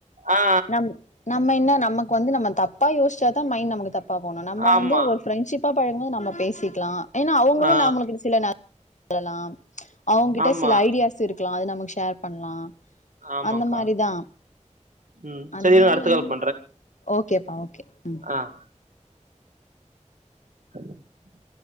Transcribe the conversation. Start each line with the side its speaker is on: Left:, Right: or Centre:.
Right: ஆ
Left: நம் நம்ம என்ன நமக்கு வந்து நம்ம தப்ப யோசிச்சாதா மைண்ட் நமக்கு தப்பா போணு நம்ம
Right: ஆமா
Left: வந்து ஒரு ஃப்ரெண்ட்ஷிப் ப்பா பழகும்போது நம்ம பேசிக்கலா ஏனா அவங்களு
Right: ஆ
Left: நம்மளுக்கு சில ந <inaudible> லா அவங்க கிட்ட
Right: ஆமா
Left: சில ஐடியாஸ் இருக்கலா அது நமக்கு ஷேர் பண்லா
Right: ஆமாங்க்கா
Left: அந்த மாரிதா
Right: ம்
Left: அந்த
Right: சரி இருங்க
Left: மாரி
Right: அடுத்த
Left: வந்
Right: கால்
Left: ஓகேப்பா ஓகே ம்
Right: அ <unintelligible>